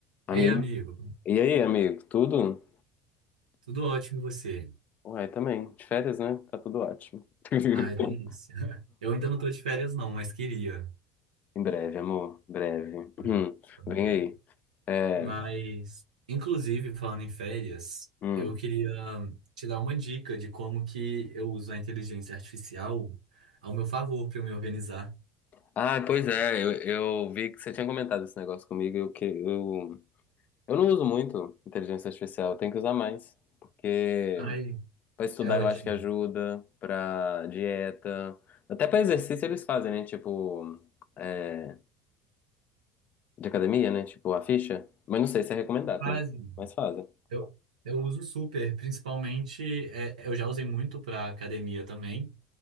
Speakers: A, on the left; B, on the right.
A: Amigo.
B: Ei, amigo,
A: E aí, amigo? Tudo?
B: tudo ótimo e você?
A: Uai, também. De férias, né? Tá tudo ótimo. <laughs>
B: Ai, delícia. <laughs> Eu ainda não tô de férias, não, mas queria.
A: Em breve, amor. Em breve.
B: Ai,
A: Hum,
B: pois
A: Vem
B: é.
A: aí. É,
B: Mas, inclusive, falando em férias,
A: hum.
B: eu queria te dar uma dica de como que eu uso a inteligência artificial ao meu favor para eu me organizar.
A: Ah, pois é. Eu, eu vi que você tinha comentado esse negócio comigo. Eu, que, eu, eu não uso muito inteligência artificial. Eu tenho que usar mais. Porque
B: Ai,
A: pra estudar
B: é ótimo.
A: eu acho que ajuda. Pra dieta. Até pra exercício eles fazem, né? Tipo... é, De academia, né? Tipo, a ficha. Mas não sei se é recomendado,
B: Quase.
A: né? Mas fazem.
B: Eu, eu uso super, principalmente, é, eu já usei muito para academia também.